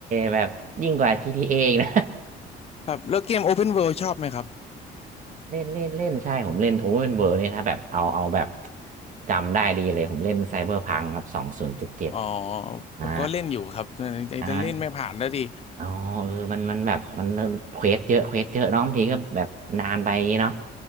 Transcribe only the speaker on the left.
ครับแล้วเกม Open World ชอบไหมครับ
อ๋อ
ผมก็เล่นอยู่ครับแต่เล่นไม่ผ่านแล้วดี